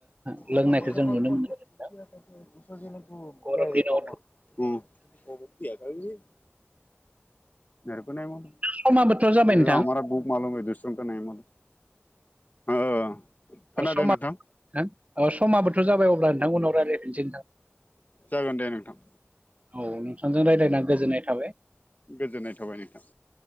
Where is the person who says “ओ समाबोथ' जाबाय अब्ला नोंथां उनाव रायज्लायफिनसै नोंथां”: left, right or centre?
Right